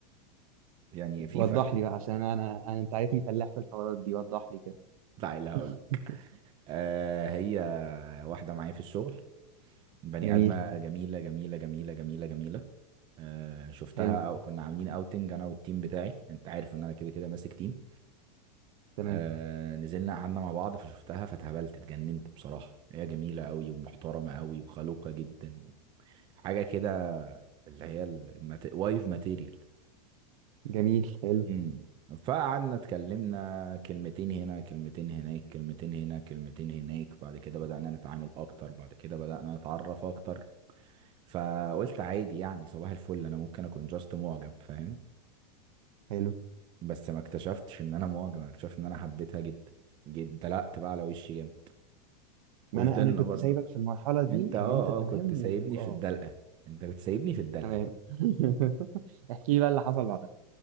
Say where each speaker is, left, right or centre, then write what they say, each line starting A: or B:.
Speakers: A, on the right; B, on the right.
A: يعني في
B: وضح
A: فرق
B: لي بقى عشان انا انا انت عارفني فلاح في الحوارات دي وضح لي كده
A: تعالى اللي هقول
B: <laughs>
A: لك آه هي واحده معايا في الشغل بني
B: جميل
A: ادمه جميله جميله جميله جميله جميله آه شفتها
B: حلو
A: او كنا عاملين اوتنج انا والتيم بتاعي انت عارف ان انا كده كده ماسك تيم
B: تمام
A: آه نزلنا قعدنا مع بعض فشفتها فتهبلت اتجننت بصراحة هي جميلة قوي ومحترمة قوي وخلوقة جدا حاجه كده اللي هي المت... وايف ماتيريال
B: جميل حلو
A: امم فقعدنا اتكلمنا كلمتين هنا كلمتين هناك كلمتين هنا كلمتين هناك بعد كده بدأنا نتعامل اكتر بعد كده بدأنا نتعرف اكتر فقلت عادي يعني صباح الفل انا ممكن اكون جاست معجب فاهم
B: حلو
A: بس ما اكتشفتش ان انا معجب انا اكتشفت ان انا حبيتها جدا جدا دلقت بقى على وشي جامد وفضلنا
B: ما انا انا كنت
A: برضو
B: سايبك في المرحله دي
A: انت اه
B: ان انت تمام
A: اه كنت سايبني
B: و- واه
A: في الدلقة انت كنت سايبني في الدلقة
B: تمام <laughs> احكي لي بقى اللي حصل بعدها